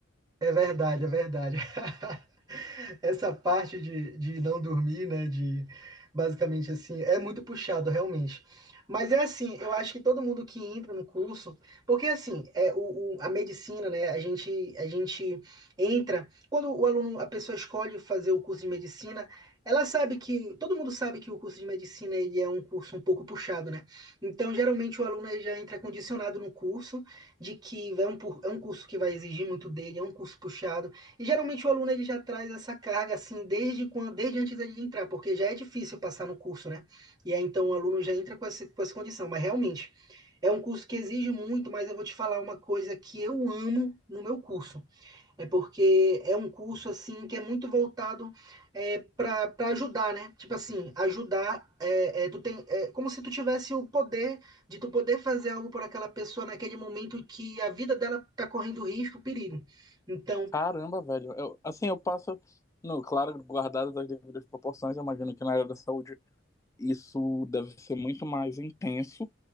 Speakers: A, on the right (about 20°); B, on the left (about 15°).
A: É verdade, é verdade. <laughs> Essa parte de, de não dormir, né? De basicamente assim, é muito puxado realmente. Mas é assim, eu acho que todo mundo que entra no curso, porque assim, é o, o- a medicina, né? A gente, a gente entra, quando o aluno, a pessoa escolhe fazer o curso de medicina, ela sabe que, todo mundo sabe que o curso de medicina ele é um curso um pouco puxado, né? Então, geralmente o aluno ele já entra condicionado no curso de que é um, é um curso que vai exigir muito dele, é um curso puxado. E geralmente o aluno ele já traz essa carga assim desde quando, desde antes dele entrar, porque já é difícil passar no curso, né? E aí então o aluno já entra com essa, com essa condição. Mas realmente é um curso que exige muito, mas eu vou te falar uma coisa que eu amo no meu curso. É porque é um curso assim que é muito voltado é, para para ajudar, né? Tipo assim, ajudar. É, é, tu tem, é como se tu tivesse o poder de tu poder fazer algo por aquela pessoa naquele momento que a vida dela tá correndo risco, perigo. Então,
B: Caramba, velho. Eu, assim, eu passo, no, claro, guardado das devidas proporções, eu imagino que na área da saúde isso deve ser muito mais intenso.